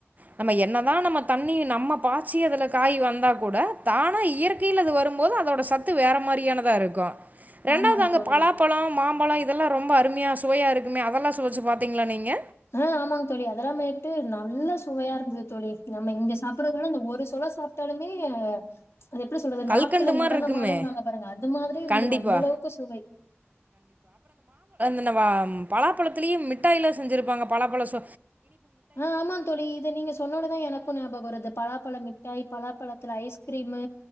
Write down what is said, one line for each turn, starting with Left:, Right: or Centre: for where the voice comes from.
Right: நம்ம என்னதா நம்ம தண்ணி நம்ம பாய்ச்சி அதுல காய் வந்தா கூட தானா இயற்கைல அது வரு போது அதோட சத்து வேற மாதிரியானதா இருக்கு ரெண்டாவ்து
Left: ஆமாங்க
Right: அங்க
Left: தோழி
Right: பலாப்பழோ மாம் பழோ இதல்லா ரொம்ப அருமையா சுவையா இருக்குமே அதல்லா சுவச்சு பாத்தீங்களா நீங்க
Left: ஆ ஆமாங் தோழி அதல்லா மேட்டு நல்லா சுவையா இருந்து து தோழி நம்ம இங்க சாப்பிடுறதுவிட இந்த ஒரு சொலசாப்ட்டாலுமே அது எப்டி சொல்றது
Right: கல்கண்டு
Left: நாக்குல
Right: மாரி
Left: நடனமாடுனுவாங்கல
Right: இருக்குமே
Left: பாருங்க அது மாதிரி இருந்துது
Right: கண்டிப்பா
Left: அந்த அளவுக்கு சுவை
Right: இந்த வா ம் பலாப்பழத்திலே மிட்டாய்லா செஞ்சிருப்பாங்க பலாப்பழ ச
Left: ஆ ஆமா தோழி இது நீங்க சொன்னோனதா எனக்கு ஞாபக வருது பலாப்பழ மிட் மிட்டாய் பலாப்பழத்துல ஐஸ்க்ரீமு